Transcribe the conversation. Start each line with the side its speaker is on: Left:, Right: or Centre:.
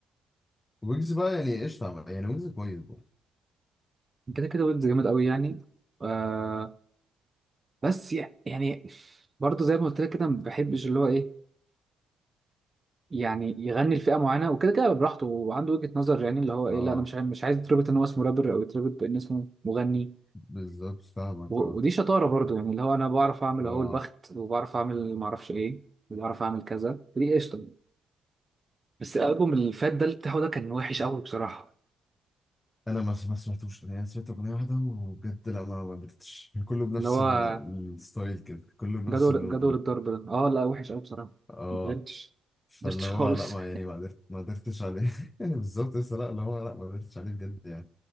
Left: ويجز بقى يعني قشطة يعني ويجز كويس برضه
Right: كده كده ويجز جامد قوي يعني آه بس يعني برضه زي ما قلت لك كده ما بحبش اللي هو ايه يعني يغني لفئه معينه وكده كده براحته وعنده وجهه نظر يعني اللي هو ايه
Left: اه
Right: لا انا مش عايز- مش عايز يتربط ان هو اسمه رابر او يتربط بان اسمه مغني
Left: بالظبط فاهمك
Right: و-
Left: اه
Right: ودي شطاره برضو يعني اللي هو انا بعرف اعمل
Left: اه
Right: اهو البخت وبعرف اعمل ما اعرفش ايه وبعرف اعمل كذا ودي قشطه بس الالبوم اللي فات ده اللي بتاعه ده كان وحش قوي بصراحه
Left: انا ما ما سمعتوش يعني أنا سمعت اغنيه واحده وبجد لا ما ما قدرتش كله بنفس
Right: اللي هو
Left: ال- الستايل كده كله بنفس
Right: جدول
Left: اللون
Right: جدول
Left: ده
Right: الضرب ده اه لا وحش قوي بصراحه
Left: اه
Right: ما قدرتش
Left: فاللي
Right: ما قدرتش
Left: هو
Right: خالص
Left: لا ما يعني ما قدرت ما قدرتش عليه <laughs> بالظبط لسه لا اللي هو لا ما قدرتش عليه بجد يعني